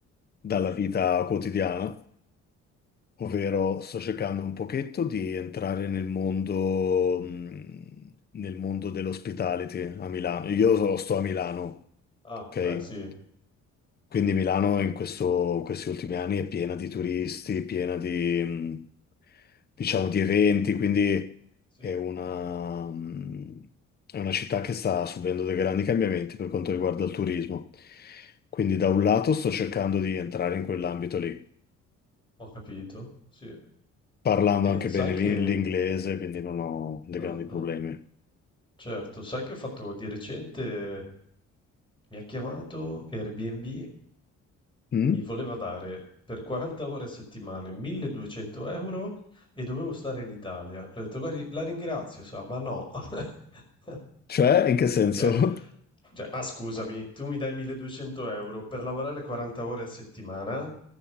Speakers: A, on the left (about 30°); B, on the left (about 15°).
A: dalla vita quotidiana, ovvero sto cercando un pochetto di entrare nel mondo, mm, nel mondo dell'hospitality a Milano. Io so- sto a Milano,
B: Ah,
A: ok?
B: beh, sì,
A: Quindi Milano in questo- questi ultimi anni è piena di turisti, piena di, mh, diciamo, di eventi, quindi
B: sì,
A: è una, mh, è una città che sta subendo dei grandi cambiamenti per quanto riguarda il turismo. Quindi da un lato sto cercando di entrare in quell'ambito lì,
B: ho capito, sì.
A: parlando
B: E
A: anche bene
B: sai che,
A: l'in- l'inglese, quindi non ho dei
B: ah,
A: grandi
B: ah,
A: problemi.
B: certo, sai che ho fatto di recente Mi ha chiamato Airbnb,
A: Mm?
B: mi voleva dare per 40 ore a settimana 1200 euro e dovevo stare in Italia. Le ho detto, guardi, la ringrazio, sa, ma no. <laughs>
A: Cioè, in che senso?
B: Cioè,
A: <laughs>
B: cioè, ma scusami, tu mi dai 1200 euro per lavorare 40 ore a settimana?